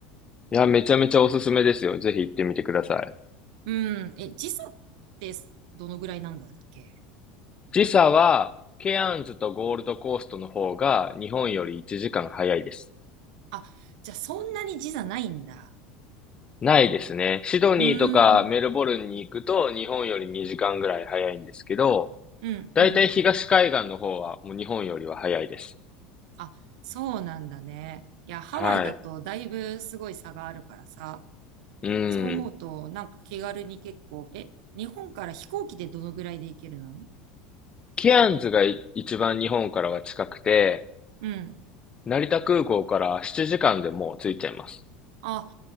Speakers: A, on the left; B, on the right.
A: いや、めちゃめちゃおすすめですよ。ぜひ行ってみてください。
B: うん。え、時差って、どのぐらいなんだっけ
A: 時差は、ケアンズとゴールドコーストの方が日本より1時間早いです。
B: あ、じゃあ、そんなに時差ないんだ。
A: ないですね。シドニーとかメルボルンに行くと日本より2時間ぐらい早いんですけど、
B: うーん。うん、
A: だいたい東海岸の方はもう日本よりは早いです。
B: うん。あ、そうなんだね。いや、ハワイだと、
A: はい。
B: だいぶすごい差があるからさ。
A: うん。
B: そう思うと、なんか気軽に結構、え、日本から飛行機でどのぐらいで行けるの
A: ケアンズがい一番日本からは近くて、
B: うん。
A: 成田空港から7時間でもう着いちゃいます。
B: あ、